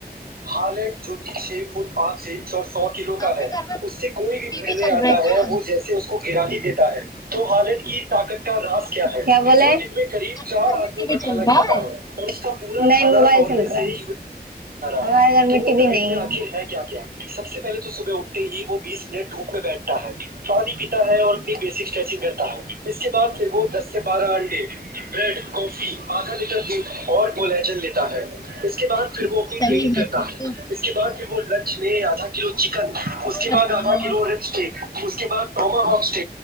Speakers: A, on the right; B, on the left.
A: حال ایک جو کہ چھے فٹ پانچ انچ اور سو کلو کا
B: آپ
A: ہے
B: کے گھر میں
A: اس سے کوئی بھی
B: ٹی
A: بھیڑنے
B: وی چل
A: آتا
B: رہا
A: ہے
B: کیا
A: وہ جیسے اس کو گرا ہی دیتا ہے تو خالد کی طاقت کا انداز کیا ہے کیا بولے میں قریب
B: آپ کے
A: چار
B: گھر
A: آدمی
B: میں ٹی وی
A: کا
B: چل
A: کھانا
B: رہا
A: کھاتا ہے نہیں موبائل چل رہا ہے ہمارے گھر میں ٹی وی نہیں ہے سب سے پہلے تو صبح اٹھتے ہی وہ بیس منٹ دھوپ میں بیٹھتا ہے پانی پیتا ہے اور اتنی بیسک اسٹریچنگ کرتا ہے اس کے بعد پھر وہ دس سے بارہ انڈے بریڈ کافی آدھا لیٹر دودھ اور کولیجن لیتا ہے اس کے بعد پھر وہ اپنی
B: صحیح
A: ٹریننگ
B: ہے
A: کرتا
B: پھر تو
A: کے بعد پھر وہ لنچ میں آدھا کلو چکن اس
B: اور
A: کے
B: بتاؤ
A: بعد آدھا کلو
B: آپ۔
A: ر اسٹ اس کے بعد ٹما ہواسٹ